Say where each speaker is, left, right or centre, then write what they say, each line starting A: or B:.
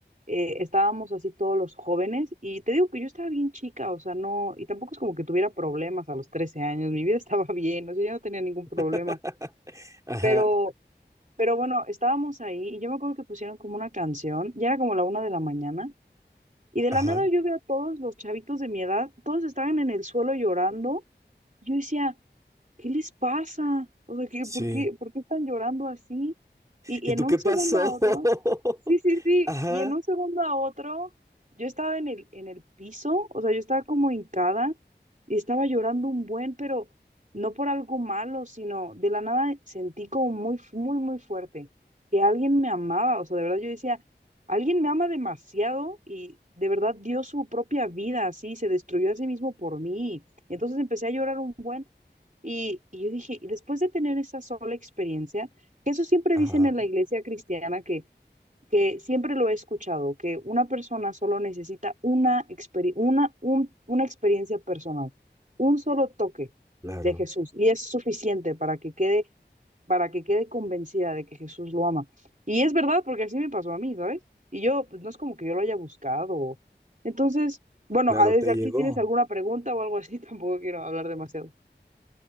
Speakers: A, on the right; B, on the right.
A: eh, estábamos así todos los jóvenes y te digo que yo estaba bien chica, o sea, no, y tampoco es como que tuviera problemas a los 13 años, mi vida <laughs> estaba bien, o sea, yo no tenía ningún problema,
B: <laughs> Ajá,
A: pero, pero bueno, estábamos ahí y yo me acuerdo que pusieron como una canción, ya era como la una de la mañana y de
B: ajá,
A: la nada yo veo a todos los chavitos de mi edad, todos estaban en el suelo llorando. Yo decía, ¿Qué les pasa? O sea, qué?
B: sí.
A: por qué, por qué están llorando así? Y,
B: ¿Y
A: y en
B: tú
A: un
B: qué pasó?
A: segundo a otro,
B: <laughs>
A: sí, sí, sí,
B: Ajá,
A: y en un segundo a otro, yo estaba en el, en el piso, o sea, yo estaba como hincada y estaba llorando un buen, pero no por algo malo, sino de la nada sentí como muy, fu- muy, muy fuerte que alguien me amaba, o sea, de verdad yo decía, alguien me ama demasiado y de verdad dio su propia vida así, se destruyó a sí mismo por mí. Entonces empecé a llorar un buen. Y, y yo dije, y después de tener esa sola experiencia, que eso siempre
B: ajá,
A: dicen en la iglesia cristiana, que, que siempre lo he escuchado, que una persona solo necesita una, experi- una, un- una experiencia personal, un solo toque
B: claro,
A: de Jesús, y es suficiente para que quede, para que quede convencida de que Jesús lo ama. Y es verdad, porque así me pasó a mí, ¿sabes? Y yo, pues no es como que yo lo haya buscado. o- Entonces, bueno,
B: claro,
A: ah, desde
B: te
A: aquí
B: llegó.
A: tienes alguna pregunta o algo así, <laughs> tampoco quiero hablar demasiado.